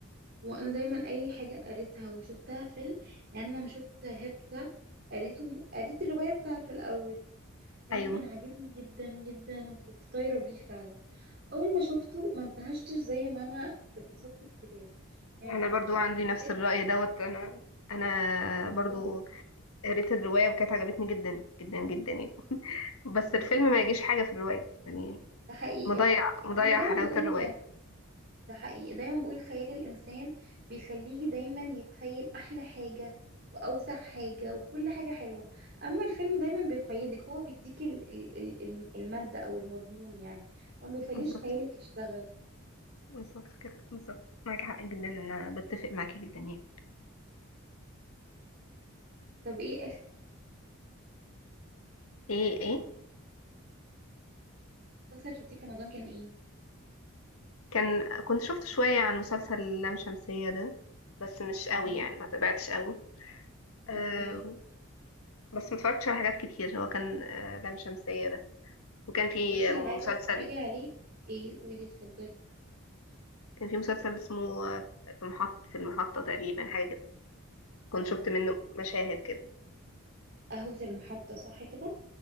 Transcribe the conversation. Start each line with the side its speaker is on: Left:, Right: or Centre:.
Right: وانا دايما اي حاجه قريتها وشفتها فيلم يعني انا لما شفت هيبتا قريته قريت الروايه بتاعته الاول فاهم
Left: ايوه
Right: كان عاجبني جدا جدا وكنت طايرة بيه فعلا أول ما شفته ما اندهشتش زي ما أنا اتبسطت بالكتاب يعني
Left: انا برضو
Right: كنت
Left: عندي
Right: بالكتاب
Left: نفس الراي دوت انا انا
Right: بالظبط
Left: برضو قريت الروايه وكانت عجبتني جدا جدا جدا يعني بس
Right: أمم،
Left: الفيلم ما يجيش حاجه في الروايه يعني
Right: ده حقيقي
Left: مضيع
Right: هو
Left: مضيع
Right: هو أنا دايما
Left: حلاوه
Right: بقول
Left: الروايه
Right: ده حقيقي دايما بقول خيال الإنسان بيخليه دايما يتخيل أحلى حاجة وأوسع حاجة وكل حاجة حلوة أما الفيلم دايما بيقيدك هو بيديك ال- ال- ال- المادة أو المضمون يعني ما بيخليش
Left: بالظبط
Right: خيالك يشتغل
Left: بالظبط كده بالظبط معاكي حق جدا انا بتفق معاكي جدا يعني
Right: طب إيه آخر
Left: ايه ايه
Right: مسلسل شفتيه في رمضان كان إيه؟
Left: كان كنت شفت شويه عن مسلسل لام شمسيه ده بس مش قوي
Right: مهم.
Left: يعني ما تابعتش قوي آه
Right: اوكي
Left: بس ما اتفرجتش على حاجات كتير هو كان آه لام شمسية ده وكان في
Right: بصي
Left: مسلسل
Right: لو عايزه تتفرجي عليه ايه قولي اتفضلي
Left: كان في مسلسل اسمه آه، في محط في المحطة تقريبا حاجة كده كنت
Right: اه
Left: شفت منه مشاهد كده
Right: قهوة المحطة صح كده